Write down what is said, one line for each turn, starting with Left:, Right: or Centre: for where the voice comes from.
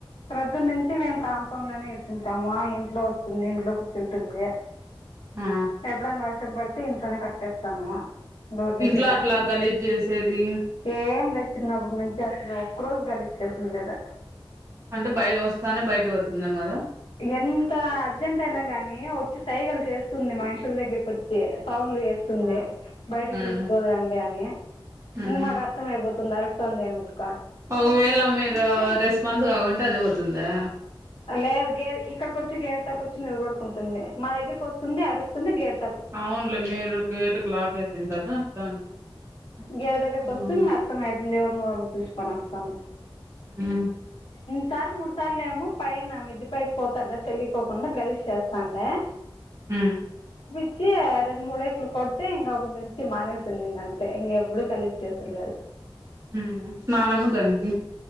Left: ప్రొద్దున్న నుంచి మేము కాంపౌండ్ లోనే ఎడుస్తుంటామ ఆ ఇంట్లో వస్తుంది ఇంట్లో కూర్చుంటుంది
Right: ఆ
Left: ఎప్పుడనా వర్షం పడితే ఇంట్లోనే కట్టేస్తాము డోర్ దగ్ర
Right: ఇంట్లో అట్లా గలీజ్ చేసేది
Left: ఏం లేదు చిన్నపటినుంచి చేస్తలేదు ఒక్క రోజు గలిచ్చేసం లేదా
Right: అంటే బయి వస్తానే బయటకి పోతుందఏమోదా
Left: ఎంత అర్జెంట్ అయినా గాని వచ్చి సైగలు చేస్తుంది మనుషుల దగ్గరకి వచ్చి వేస్తుంది
Right: ఆ
Left: బయటకి
Right: ఉమ్
Left: పిల్సొకురాండని
Right: ఉమ్
Left: ఇంక మాకు అర్థం అయిపోతుంది అల సందేముటు
Right: ఒకవేళ మీరు రెస్పాన్స్ కాకుంటే అదే పోతుందా
Left: లేదు గే ఇక్కడిక వచ్చి గేట్దాకా వచ్చి నిలబడుకుంటుంది మా దగ్గరకి వస్తుంది అరుస్తుంది గేట్
Right: అవునులే మీరు గేట్కు లాక్ వేసింటారు అట్లా ఉంటది
Left: గేదె దగ్గరకు
Right: ఉమ్
Left: వస్తది అర్థం అవుతుంది ఎవర్నీవర్ తీసుకొని వస్తాది
Right: ఆ
Left: సార్ మూడు సార్లు ఏమో పైన మిద్ది పైకి పోతాండే తెలియకోకుండా గలీజ్ చేస్తాండే
Right: ఆ
Left: వచ్చి రెండు మూడు ఏట్లు కొడ్తే ఇంక అ నుంచి మానేసింది ఇక అంతే ఇంక ఎప్పుడు కలిసి చేసలేదు
Right: హ్మ్ స్నానము దాన్కి